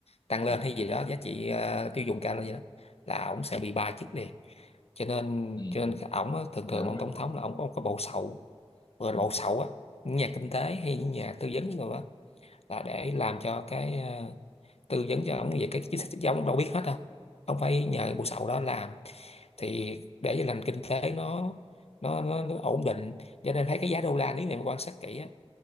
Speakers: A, on the left; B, on the left.
A: tăng
B: Ừ.
A: lên hay gì đó giá trị ờ, tiêu dùng cao lên gì đó là ổng sẽ bị bài chức liền cho nên
B: Ừ.
A: cho nên cái ổng á, thường
B: dạ
A: thường
B: đúng
A: ông
B: rồi
A: tổng thống là ổng có một cái bộ sậu gọi
B: ừ.
A: là bộ sậu á những nhà kinh tế hay những nhà tư vấn rồi đó là để làm cho cái ờ, tư vấn cho ổng về cái chính sách chứ ổng đâu biết hết đâu ông phải
B: Ừ.
A: nhờ bộ sậu đó làm thì để cho nền kinh tế nó nó, nó nó ổn định cho nên thấy cái giá đô la nếu mà quan sát kỹ á,